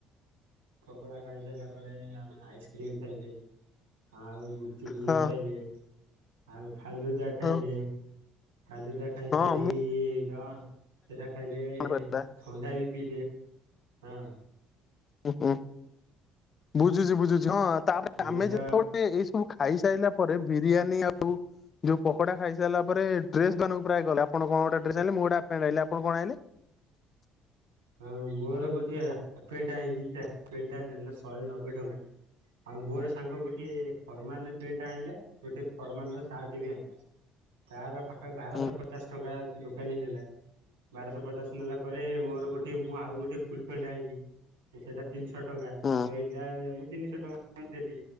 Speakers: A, on the right (about 80°); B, on the left (about 40°).
A: ପକୋଡା ଖାଇସାଇଲା ପରେ ଆମେ ଆଇସ୍କ୍ରିମ ଖାଇଲେ। ଆଉ ଗୁପଚୁପ ବି
B: ହଁ
A: ଖାଇଲେ ଆଉ ଫାଲୁଦା ଖାଇଲେ।
B: ହଁ
A: ଫାଲୁଦା ଖାଇସାରି
B: ହଁ ମୁଁ
A: କଣ ସେଟା ଖାଇଲେ
B: ମନେ ପଇଲା।
A: ଥଣ୍ଡା ବି। ପି ଲେ ହଁ।
B: ଉଁ ହୁଁ, ବୁଝୁଛି ବୁଝୁଛି ହଁ, ତାପରେ
A: ମୁଁ
B: ଆମେ
A: ତ
B: ଯେତେବେଳେ ଏଇ ସ ସବୁ ଖାଇସାରିଲା ପରେ ବିରିୟାନୀ ଆଉ। ଯୋଉ ପକୋଡା ଖାଇସାରିଲା ପରେ ଡ୍ରେସ ଦୋକାନକୁ ପ୍ରାୟ ଗଲେ। ଆପଣ କଣ ଗୋଟେ ଡ୍ରେସ ଆଣିଲେ ମୁଁ ଗୋଟେ ହାପପ୍ୟାଣ୍ଟ ଆଣିଲି। ଆପଣ କଣ ଆଣଲେ?
A: ? ହଁ, ମୋର ଗୋଟିଏ ହାପପେଣ୍ଟ ଆଣିଲି ସେ ହାପପେଣ୍ଟ ଟା ନେଲା ଶହେ ନବେ ଟଙ୍କା। ଆଉ ମୋର ସାଙ୍ଗ ଗୋଟିଏ ଫର୍ମାଲ ପେଣ୍ଟ ଆଣିଲା। ଗୋଟେ ଫର୍ମାଲ ର ସାର୍ଟ। ଟେ ବି ଆଣିଲ ତାର ପାଖ ବାରଶ
B: ହଁ
A: ପଚାଶ ଟଙ୍କା। ଦୋକାନୀ ନେଲା ବାରଶ ପଚାଶ ନେଲା ପରେ ମୋର ଗୋଟିଏ ମୁଁ ଆଉ ଗୋଟେ ଫୁଲ। ପେଣ୍ଟ ଆଇଁଲି ସେଇଟା ତିନିଶହ ଟଙ୍କା
B: ହଁ
A: କହିଲା ମୁଁ ତିନିଶ ଟଙ୍କା ଦେଲି।